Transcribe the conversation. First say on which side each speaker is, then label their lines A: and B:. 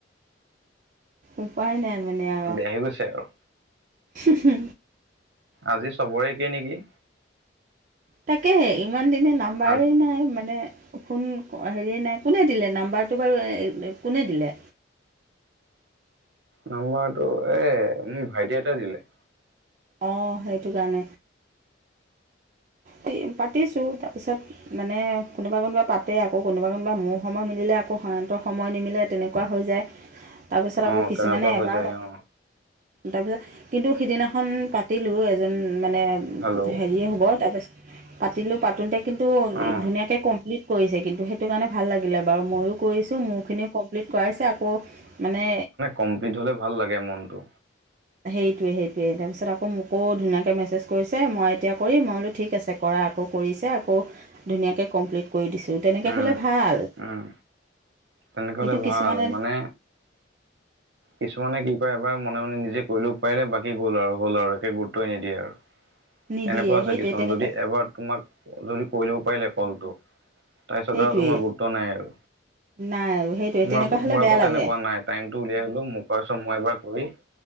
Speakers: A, on the right; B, on the right.
A: উপাই নাই মানে আৰু।
B: আহি গৈছে আৰু।
A: হিহি
B: আজি চবৰে একে নেকি?
A: তাকেহে ইমান দিনে নাম্বাৰেই
B: আজি
A: নাই মানে ফোন হেৰিয়ে নাই, কোনে দিলে নাম্বাৰটো বাৰু কোনে দিলে?
B: নাম্বাৰটো এ মোৰ ভাইটি এটাই দিলে।
A: অঁ সেইটো কাৰণে। তি পাতিছোঁ তাৰপিছত মানে কোনোবা কোনোবা পাতে আকৌ, কোনোবা কোনোবা মোৰ সময় মিলিলে আকৌ সিহঁতৰ সময় নিমিলে তেনেকুৱা হৈ যায়। তাৰপিছত
B: অ
A: আকৌ কিছুমানে
B: তেনেকুৱা হৈ
A: এবাৰ
B: যায় অ
A: তাৰপিছত কিন্তু সিদিনাখন পাতিলোঁ এজন মানে
B: হেল্ল' অ
A: হেৰিয়ে হ'ব তাৰপিছত পাতিলোঁ পাতোঁতে কিন্তু
B: উম
A: ধুনীয়াকৈ কমপ্লিট কৰিছে কিন্তু সেইটো কাৰণে ভাল লাগিলে বাৰু, মইয়ো কৰিছোঁ মোৰখিনিও কম প্লিট কৰাইছে আকৌ মানে
B: কমপ্লিট হ'লে ভাল লাগে মনটো।
A: সেইটোৱে সেইটোৱে তাৰপিছত আকৌ মোকো ধুনীয়াকৈ মেছেজ কৰিছে মই এতিয়া কৰিম, মই বোলো ঠিক আছে কৰা। আকৌ কৰিছে আকৌ ধুনীয়াকে কমপ্লিট কৰি দিছোঁ তেনেকে
B: উম
A: হ'লে ভাল।
B: উম তেনেকে
A: কিন্তু
B: হলে
A: কিছুমানে
B: ভাল মানে, কিছুমানে কি কৰে এবাৰ মনে মনে নিজে কৰি ল'ব পাৰিলে বাকী গ'ল আৰু হ'ল আৰু একে গুৰুত্বই নিদিয়ে আৰু।
A: নিদিয়ে
B: এনেকুৱা আছে
A: সেইটোৱে
B: কিছুমান
A: তেনেকুৱা
B: যদি এবাৰ তোমাক যদি কৰি ল'ব পাৰিলে কলটো তাৰপিছত
A: সেইটোৱেই
B: আৰু তোমাৰ গুৰুত্ব নাই আৰু,
A: নাই আৰু সেইটোৱে
B: মোৰ
A: তেনেকুৱা
B: আকৌ
A: হ'লে
B: মোৰ
A: বেয়া
B: আকৌ
A: লাগে
B: তেনেকুৱা নাই। টাইমটো উলিয়াই হলো মোক কৰা চোন মই এবাৰ কৰি,